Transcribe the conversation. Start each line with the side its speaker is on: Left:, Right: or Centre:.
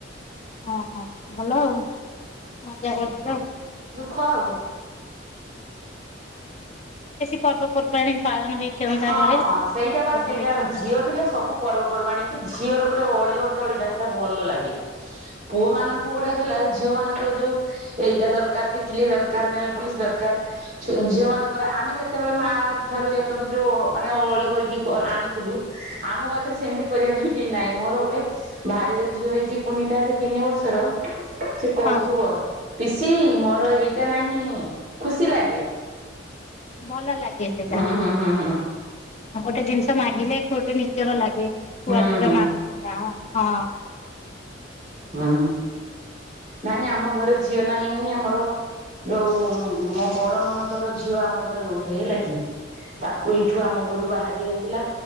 Left: ହଁ ହଁ ଭଲ ଆଉ। ମଜା କରୁଥିବ?
Right: ଖ ଆଉ।
Left: ପର୍ବ ପର୍ବାଣି ପାଳନ ହେଇଥାନ୍ତା
Right: ହଁ
Left: ଘରେ।
Right: ହଁ ସେଇଟା
Left: ସବୁ
Right: ବା ସେଇଟା
Left: ହେଇଥାନ୍ତା
Right: ଝିଅ ଥିଲେ ସବୁ ପର୍ବପର୍ବାଣୀ କି ଝିଅର ଗୋଟେ ଅଳି ଅର୍ଦ୍ଦଳି ଟା ସେଇଟା ଭଲ ଲାଗେ ପୁଅ
Left: ହଁ
Right: ମାନଙ୍କୁ ଗୋଟେ ହେଲା ଝିଅ ମାନଙ୍କୁ ଯୋଉ ଏଇଟା ଦରକାର ଟିକିଲି ଦରକାର ନେଲ ପୋଲିସ ଦରକାର ଝିଅ ମାନଙ୍କର ଆମେ ଯେତେବେଳେ ମା ଠାରୁ? ଯୋଉ ମାନେ ଅଳି କରିକି ଆଣୁଥିଲୁ ଆମ ପାଖରେ ସେମତି କରିବା ପାଇଁ କେ ନହିଁ ମୋର ଗୋଟେ ଭାଇର ଝିଅ ହେଇଛି କୁନିଟା ସେ ତିନି ବର୍ଷର? ସେ କହୁଥିବ
Left: ହଁ
Right: ପିଇସି ମୋର ଏଇଟା ନାହିଁ ଖୁସି ଲାଗେ
Left: ଭଲ ଲାଗେ ସେଇଟା
Right: ହୁଁ ହୁଁ ହୁଁ ହୁଁ
Left: ଆ ଗୋଟେ ଜିନିଷ ମାଗିଲେ <inaudible> ନି <unintelligible> ଲାଗେ ଛୁଆଟିର
Right: ହୁଁ ହୁଁ
Left: <unintelligible>
Right: ହୁଁ। ନାଇଁ ଆମ ଘରେ ଝିଅ ନାହିଁ ଭାଇଁ ଆମର ଯୋଉ ଉମ୍-ମୋ ବଡ ନଣ ଧର ଝିଅ ଆମ ଘରେ ରହୁଥାଏ ହେଲା କି? ତାକୁ ଏଠୁ ଆମ ଘରୁ ବାହା ଦିଆଯାଇଥିଲା